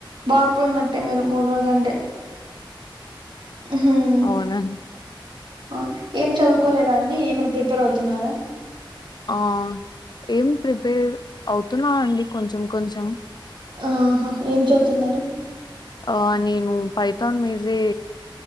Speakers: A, on the right; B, on the left.
A: బాగుపోయినట్టే మీరు మూడు రోజులు అంటే మ్మ్
B: అవునా అండి
A: ఆ ఏం చదువుకోలేదా అండి ఏమైనా ప్రిపేర్ అవుతున్నారా
B: ఆ ఏం ప్రిపేర్ అవుతున్నా అండి కొంచెం కొంచెం
A: ఆహా ఏం చదువుతున్నారు
B: ఆ నేను పైథాన్ మీదే